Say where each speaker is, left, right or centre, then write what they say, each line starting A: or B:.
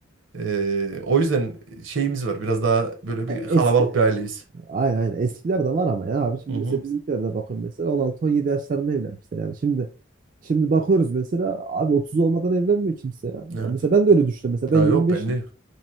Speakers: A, on the right; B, on the right.
A: Ee, o yüzden şeyimiz var. Biraz daha böyle bir kalabalık
B: Evet.
A: bir aileyiz.
B: Aynen aynen. Eskiler de var ama ya abi. Şimdi
A: Hı hı.
B: mesela bizimkilerde bakın mesela on altı on yedi yaşlarında evlenmişler yani. Şimdi şimdi bakıyoruz mesela abi 30 olmadan evlenmiyor kimse ya.
A: Evet.
B: Ya mesela ben de öyle düşünüyorum. Mesela
A: Ya
B: ben
A: yok
B: yirmi beşim
A: bende